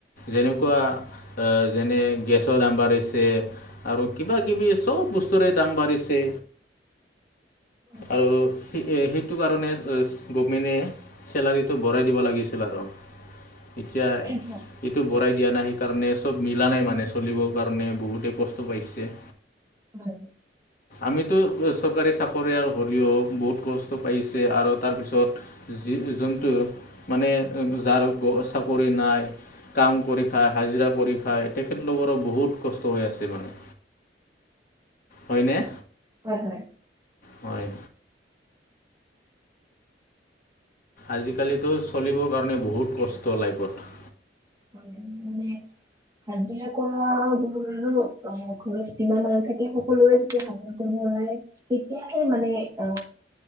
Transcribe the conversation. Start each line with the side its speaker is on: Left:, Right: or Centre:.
Left: যেনেকুৱা আ যেনে গেছৰ দাম বাঢ়িছে। আৰু কিবা কিবি চব বস্তুৰে দাম বাঢ়িছে।
Right: হয়
Left: আৰু সি এ সেইটো কাৰণে এচ গভমেণ্টে চেলাৰীটো বঢ়ায় দিব লাগিছিল আৰু এতিয়া ই
Right: হয়
Left: টো বঢ়াই দিয়া নাই সেইকাৰণে চব মিলা নাই মানে চলিব কাৰণে বহুতে কষ্ট পাইছে।
Right: হয়।
Left: আমিতো চৰকাৰী চাকৰিয়াৰ হ'লেও বহুত কষ্ট পাইছে আৰু তাৰপিছত যি যোনটো মানে যাৰ গ চাকৰি নাই কাম কৰি খায়, হাজিৰা কৰি খায় তেখেতলোকৰো বহুত কষ্ট হৈ আছে মানে হয়নে?
Right: হয় হয়।
Left: হয়। আজিকালিতো চলিব কাৰনে বহুত কষ্ট লাইফত।
Right: <unintelligible> হাজিৰা কৰাবোৰো ৰোৰো অ ঘৰত যিমান মানুহ থাকে সকলোৱে যদি হাজিৰা কৰিব ওলায় তেতিয়াহে মানে অ